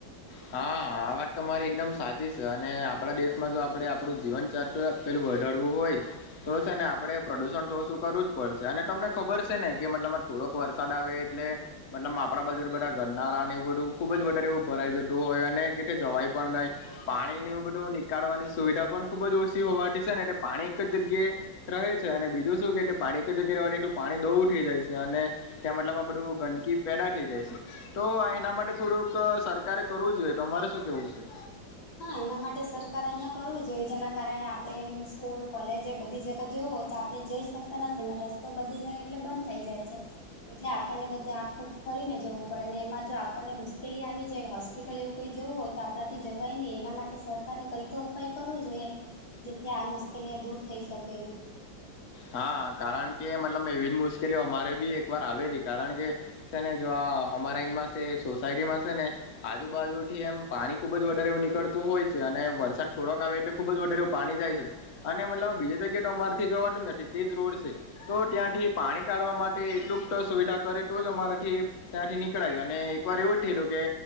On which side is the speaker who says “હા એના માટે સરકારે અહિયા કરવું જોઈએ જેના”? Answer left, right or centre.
Left